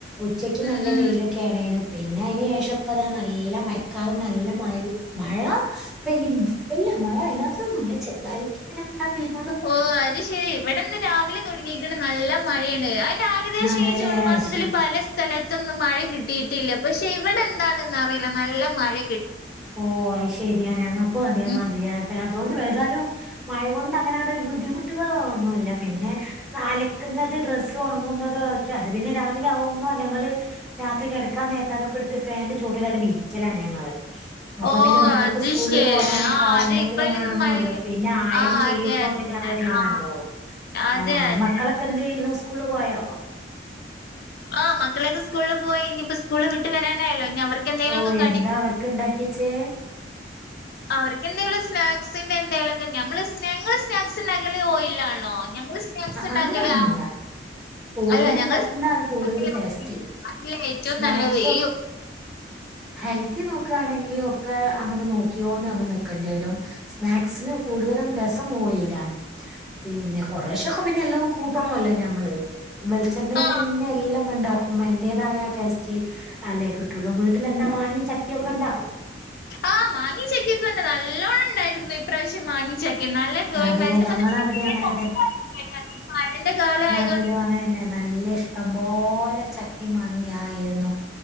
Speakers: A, in the centre; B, on the left.
A: ഉച്ചക്ക്
B: ഉം
A: നല്ല
B: ഉം
A: വെയിലൊക്കെ ആണേനും. പിന്നെ അയ്ന് ശേഷം ഇപ്പതാ നല്ല മയക്കാറും നല്ല മഴയും, മഴ പെയ്ത്. ഇല്ല മഴ അയ്ന് മാന്ത്രൊന്നും ഇല്ല ചെറുതായിട്ട് ഇങ്ങനെ ഇങ്ങനെ പെയ് തും.
B: ഓ അത് ശെരി ഇവടെ ഇന്ന് രാവിലെ തൊടങ്ങീക്ക്ണ് നല്ല മഴയാണ് അയ് ഏകദേശം
A: അതേലേ
B: ഈ ജൂൺ മാസത്തിൽ
A: അയ്ശരി.
B: പല സ്ഥല ത്തൊന്നും മഴ കിട്ടിയിട്ടില്ല പക്ഷെ ഇവിടെ എന്താണെന്ന് അറിയില്ല നല്ല മഴയാ.
A: ഓ അയ് ശരിയാണ് ഞങ്ങൾക്കും അതേമാതിരിയാണ്
B: ഉം
A: പിന്നെ അതുകൊണ്ട് വലുതാലും. മഴകൊണ്ട് അങ്ങനെ അങ്ങട് ഒരു ബുദ്ധിമുട്ടുകള് ഒന്നുമില്ല പിന്നെ അലക്കുന്നത്, ഡ്രസ്സ് ഉണങ്ങുന്നത്, ഒക്കെ. പിന്നെ രാവിലെ ആകുമ്പോ ഞങ്ങള് രാത്രി കിടക്കാൻ നേരത്താതൊക്കെ എടുത്ത് ഫാനിന്റെ ചൂട്ടിലായിട്ട് വിരിക്കലാ ഞങ്ങള്. അപ്പൊ
B: ഓ
A: പിന്നെ മക്കൾക്ക്
B: അത്
A: സ്കൂള
B: ശരി
A: പോകാനൊക്കെ
B: ആ
A: ആവുമ്പോത്തിന്
B: അത് ഇപ്പ അയിനൊന്നും
A: ഓണങ്ങല്ലോ
B: മഴ
A: പിന്നെ അയേൺ
B: ആ
A: ചെയ്യുമ്പോ
B: അതെ അതെ.
A: പിന്നെ റെഡിയാണല്ലോ
B: ആ
A: ആ
B: അതെ അതെ
A: മക്കളൊക്കെ എന്ത് ചെയ്യുന്നു സ്കൂള് പോയോ
B: ആഹ് മക്കളൊക്കെ സ്കൂള് പോയി ഇഞ്ഞ്പ്പോ സ്കൂള് വിട്ട് വരാനായല്ലോ ഇനി അവർക്ക് എന്തെങ്കിലുമൊക്കെ
A: ഓ
B: കടി
A: എന്താ അവർക്ക് ഇണ്ടാക്കിയച്ചേ
B: അവർക്കെന്തേലും സ്നാക്സിന്റെ എന്തേലൊക്കെ നമ്മള് ഞങള് സ്നാക്സ് ണ്ടാ ക്കല് ഓയിൽ ആണല്ലോ ഞങ്ങള് സ്നാക്സ് ഇണ്ടാക്കല്
A: അങ്ങനെ ഒന്നുമില്ല
B: അ
A: ഓയിലിൽ
B: അല്ല
A: ഉണ്ടാക്കുന്നതാണ്
B: ഞങ്ങൾ
A: കൂടുതൽ
B: <unintelligible>
A: ടേസ്റ്റ്
B: <inaudible> അതല്ലേ ഏറ്റവും
A: സ്നാക്സും
B: നല്ലത് ഈ
A: ഒക്കെ
B: ഉ
A: ഹെൽത്തി നോക്കാണെങ്കി ഒക്കെ അങ്ങനെ നോക്കിയൊണ്ട് നമ്മൾ നിക്കേണ്ടി വരും സ്നാക്സിന് കൂടുതലും രസം ഓയിലാണ് പിന്നെ കൊറേശൊക്കെ പിന്നെ എല്ലതും കൂട്ടണല്ലോ ഞമ്മള് വെളിച്ചെണ്ണയിലെന്നെ
B: ആ
A: എല്ലം ഇണ്ടാക്കുംമ്പ അയിൻ്റെ തായ ടേസ്റ്റ് അല്ലെ കിട്ടള്ളൂ വീട്ടിലെന്താ മാങ്ങിം ചക്കയൊക്കെ ഇണ്ടോ
B: ആഹ് മാങ്ങിം ചക്കെക്കൊണ്ട് നല്ലോണം ഇണ്ടായിര്ന്ന് പ്രാവശ്യം മാങ്ങിം ചക്കിം നല്ല
A: അതെന്നെ
B: മരത്ത്മെന്ന്
A: ഞങ്ങളവിടെ
B: പിന്നെ <unintelligible>
A: അങ്ങനെ
B: മഴൻ്റെ കാലായതോ
A: ട്ടിലും അങ്ങനെന്നെ നല്ല ഇഷ്ടം പോലെ ച ക്കിം മാങ്ങിം ആയിരുന്നു